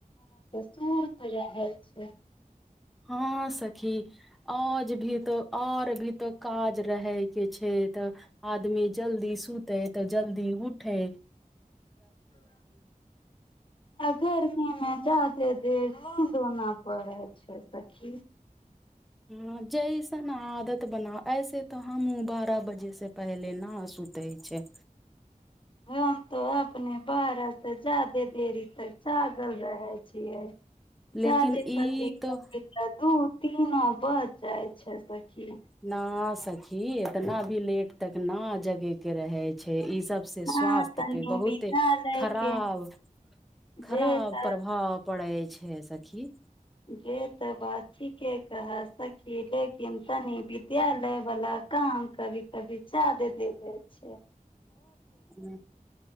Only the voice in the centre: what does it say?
हँ सखी आज भी तऽ आओर भी तो काज रहैय के छै तऽ आदमी जल्दी सुतै तऽ जल्दी उठै
हँ जैसन आदत बनाउ ऐसे तऽ हमहूँ बारह बजेसँ पहिले न सुतै छै
लेकिन
ई
तो
न सखी एतना भी लेट तक न जगै के रहै छै इस सबसे
स्वास्थ्य
पे बहुत
खराब
खराब
प्रभाव पड़ै छै सखी
ह